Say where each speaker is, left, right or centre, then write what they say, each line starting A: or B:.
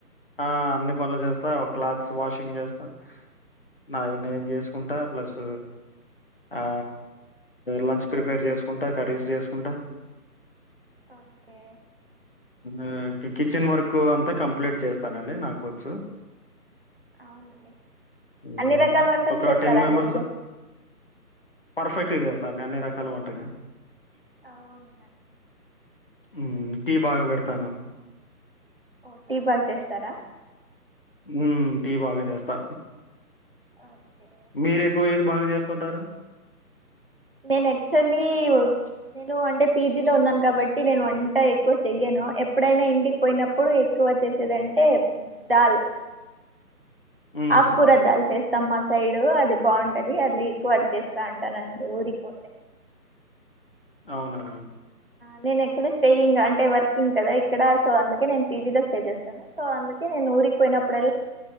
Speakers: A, on the left; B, on the right.
A: ఆ అన్ని పనులు చేస్తా క్లాత్స్ వాషింగ్ చేస్తా నావి నేన్ చేసుకుంటా ప్లస్ ఆ లంచ్ ప్రిపేర్ చేసుకుంటా కర్రీస్ చేసుకుంటా
B: ఓకే
A: ఆ కిచెన్ వర్క్ అంతా కంప్లీట్ చేస్తానండి నాకు వచ్చు
B: అవునండి
A: ఉమ్
B: అన్ని రకాల వంటలు
A: ఒక
B: చేస్తారా
A: టెన్ మెంబర్స్
B: అండి మీరు
A: పర్ఫెక్ట్ గా చేస్తా అండి అన్ని రకాల వంటకా
B: అవునా
A: ఉమ్ టీ బాగా పెడతాను
B: ఓ టీ బాగ్ చేస్తారా
A: ఉమ్ టీ బాగా చేస్తా
B: ఓకే
A: మీరెక్కువ ఏది బాగా చేస్తుంటారు
B: నేను యాక్చువల్లి నేను అంటే పీజీ లో ఉన్నాను కాబట్టి నేను వంట ఎక్కువ చెయ్యను ఎప్పుడైనా ఇంటికి పోయినప్పుడు ఎక్కువ చేసేదంటే దాల్
A: హ్మ్.
B: ఆక్కుర దల్ చేస్త్ తమ్మ మా సైడ్ అది బావుంటాది అది ఎక్కువ అది చేస్తా అంటా అండి ఊరికిపోతే
A: అవునా
B: నేన్ యాక్చులీ స్టేయింగ్ అంటే వర్కింగ్ కదా ఇక్కడ సో అందుకే నేను పీజీలో స్టే చేస్తాను సో అందుకే నేను ఊరిక్ పోయినప్పుడేళ్ల